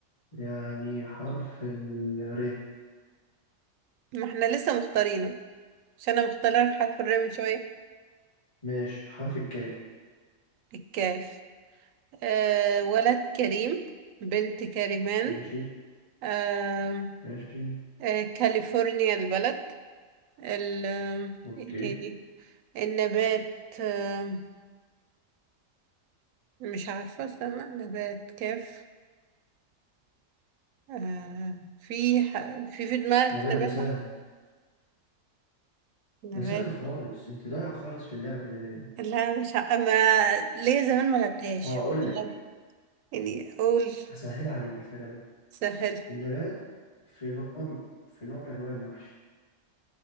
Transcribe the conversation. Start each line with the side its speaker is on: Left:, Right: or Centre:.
Left: يعني حرف ال ر
Right: ما احنا لسه مختارينه مش انا مختاره لك حرف الراء من شوية
Left: ماشي حرف الكاف
Right: الكاف آه ولد كريم بنت كريمان
Left: ماشي
Right: آه
Left: ماشي
Right: آه كاليفورنيا البلد ال آه،
Left: اوكي
Right: ايه تاني النبات آه مش عارفة استنى نبات كاف آه في ح... في في دماغك
Left: النبات
Right: نبات
Left: ده سهل
Right: بحر نبات
Left: ده سهل خالص انت ضايع خالص في اللعبة كده ليه؟
Right: لا مش ع... ما ليا زمان ما لعبتهاش
Left: اه اقول
Right: بجد.
Left: لك
Right: يعني اقول
Left: هسهل عليك هسهل عليك
Right: سهل
Left: النبات في نوع في نوع من انواع المحشي